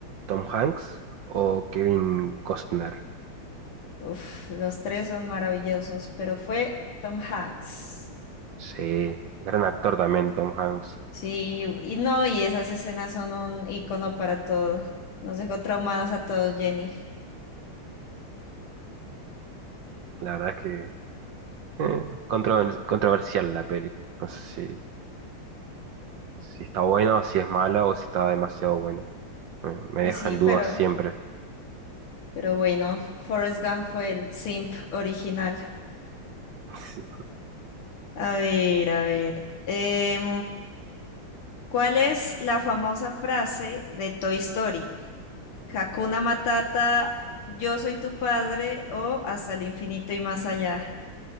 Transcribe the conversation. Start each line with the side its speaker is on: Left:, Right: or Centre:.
Right: Tom Hanks o Kevin Costner?
Left: Uf, los tres son maravillosos, pero fue Tom Hanks.
Right: Sí, gran actor también, Tom Hanks.
Left: Sí, y no, y esas escenas son un icono para todo. Nos dejó traumados a todos, Jenny.
Right: La verdad es que eh, controver- controversial la peli. No sé si, si está buena o si es mala o si está demasiado buena. Eh, me
Left: Pues
Right: deja
Left: sí,
Right: en dudas
Left: pero,
Right: siempre.
Left: pero bueno, Forrest Gump fue el simp original.
Right: Sí.
Left: A ver, a ver. em, ¿Cuál es la famosa frase de Toy Story? Hakuna Matata, yo soy tu padre o hasta el infinito y más allá.